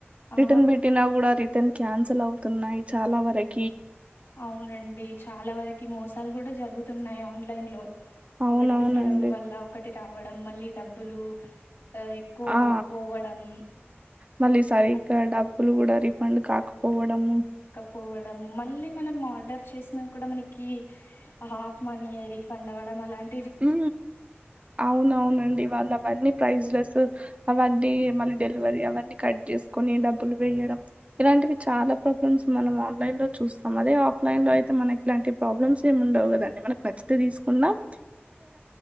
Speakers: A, on the left; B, on the right.
A: ఆ
B: రిటర్న్ పెట్టినా కూడా రిటర్న్ క్యాన్సల్ అవుతున్నాయి చాలా వరకు
A: అవునండి చాలా వరకి మోసాలు కూడా జరుగుతున్నాయి ఆన్లైన్ లో
B: అవునవునండి
A: ఒకటి పెట్టడం వల్ల ఒకటి రావడం మళ్ళీఈ డబ్బులు ఆ, ఎక్కువ
B: ఆ
A: పోవడం
B: మళ్ళీ సరిగ్గా
A: అట్
B: డబ్బులు కూడా రి పండు కాకపోవడము
A: పోవడము మళ్ళీ మనం ఆర్డర్ చేసిన కూడా మనకి హాఫ్ మనీ రీఫండ్ అవ్వడం అలాం
B: ఉ అవునవునండి వాళ్ళవన్నీ ప్రైజ్లెస్ అవటి మళ్ళీ డెలివరీ అవన్నీ కట్ చేసుకుని డబ్బులు వేయడం ఇలాంటివి చాలా ప్రాబ్లమ్స్ మనం ఆన్లైన్ లో చూస్తాం. అదే ఆఫ్లైన్ లో అయితే మనకి ఇలాంటి ప్రాబ్లమ్స్ ఏమి ఉండవు కదండి మనకి నచ్చితే తీసుకున్నాము